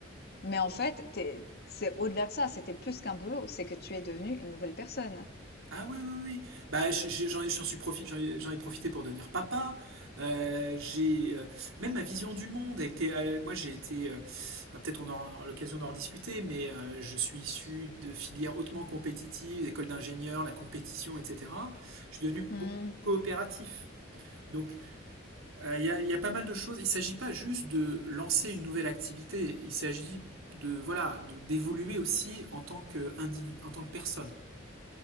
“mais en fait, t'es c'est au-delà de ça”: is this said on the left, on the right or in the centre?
Left